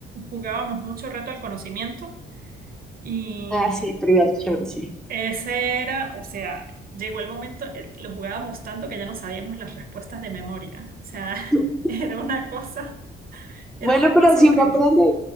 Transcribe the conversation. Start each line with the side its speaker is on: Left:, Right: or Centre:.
Right: jugábamos mucho reto al conocimiento y,
Centre: Ah, sí, trivia, chévere, sí.
Right: Ese era, o sea, llegó el momento, eh, lo jugábamos tanto que ya no sabíamos las respuestas de memoria. O sea, <laughs>
Centre: <laughs>
Right: era una cosa, era
Centre: Bueno,
Right: una
Centre: pero
Right: cosa
Centre: así
Right: horrible.
Centre: uno aprende